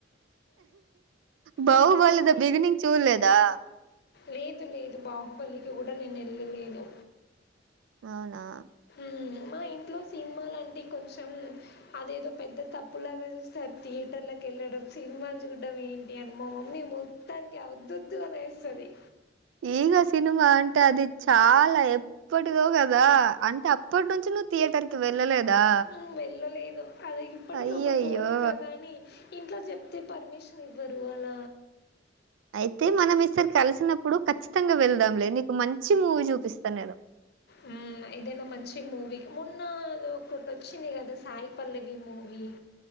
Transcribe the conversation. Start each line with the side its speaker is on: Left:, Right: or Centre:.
Right: బాహుబలిది
Left: ఈగ మూవీ
Right: బిగినింగ్ చూడలేదా
Left: లేదు లేదు బాహుబలికి కూడా నేను వెళ్ళలేదు
Right: అవునా
Left: మ్ ఇంట్లో సినిమాాలంటే కొంచెం అదేదో పెద్ద తప్పులాగా చూస్తారు థియేటర్ల వేళ్లడం సినిమాలు చూ దా వేణు ఈయాల మా మమ్మీ మొత్తానికి అద్ <unintelligible> ఎస్తది
Right: ఈగ సినిమా అంటే అది చాలా ఎ ప్పటిదో గాదా అంట అప్పటి నుంచి నువ్వు థియేటర్ కి వెళ్ళలేదా
Left: హ్మ్. వెళ్ళలేదు. అది ఇప్పటికి
Right: అయ్యయ్యో
Left: ఒక కోరిక గాని ఇంట్లో చెప్తే పర్మిషన్ ఎవరు వల్ల
Right: అయితే మనం ఈసారి కలిసినప్పుడు ఖచ్చితంగా వెళ్దాంలే నీకు మంచి మూవీ చూపిస్తాను నేను
Left: ఉమ్ ఏదైనా మంచి మూవీ మొన్న ఒకటి వచ్చింది కదా సాయి పల్లవి మూవీ